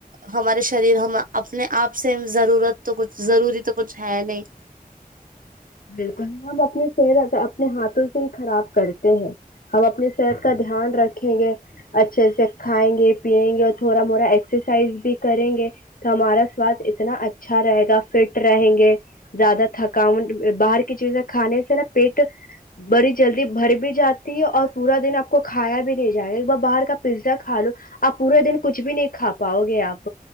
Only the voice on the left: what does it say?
بالکل ہم اپنی صحت اپنے ہاتھوں سے ہی خراب کرتے ہیں ہم اپنی صحت کا دھیان رکھیں گے اچھے سے کھائیں گے پیئیں گے اور تھوڑا موڑا ایکسرسائز بھی کریں گے ہمارا سواد اتنا اچھا اچھا رہے گا فٹ رہیں گے زیادہ تھکان باہر کی چیزیں کھانے سے نا پیٹ بڑی جلدی بھر بھی جاتی ہے اور پورا دن آپ کو کھایا بھی نہیں جائے گا ایک بار باہر کا پیزا کا لو آپ پورا دن کچھ بھی نہیں کھا پاؤ گے آپ